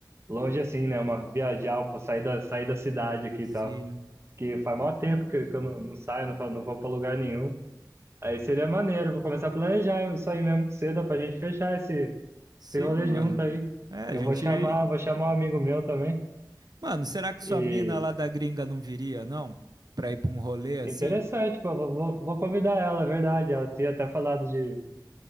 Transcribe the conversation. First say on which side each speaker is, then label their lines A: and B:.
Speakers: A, on the right (about 35°); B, on the right (about 65°).
A: Longe assim, né? Uma viajar, pô, sair da, sair da cidade aqui
B: Sim,
A: e tal. Que faz maior tempo que, que eu não, não saio, não, fa- não vou pra lugar nenhum. Aí seria maneiro, vou começar a planejar isso aí mesmo com você, dá pra gente fechar esse,
B: sim,
A: esse rolê
B: mano.
A: junto aí.
B: É, a
A: Eu
B: gente,
A: vou chamar, vou chamar um amigo meu também.
B: Mano, será que sua
A: E
B: mina lá da gringa não viria, não? Pra ir pra um rolê assim?
A: interessante, pô, vou, vou, vou convidar ela, é verdade. Ela tinha até falado de,